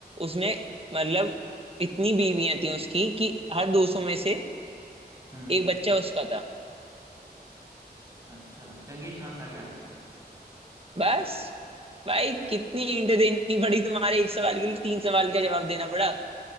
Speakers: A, on the right; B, on the right.
A: उसने मतलब इतनी बीवियां थी उसकी कि हर 200 में से
B: हम्म
A: एक बच्चा उसका था
B: अच्छा चंगेज खान था क्या
A: बस भाई कितनी इंट देनी पड़ी तुम्हारे एक सवाल के लिए तीन सवाल का जवाब देना पड़ा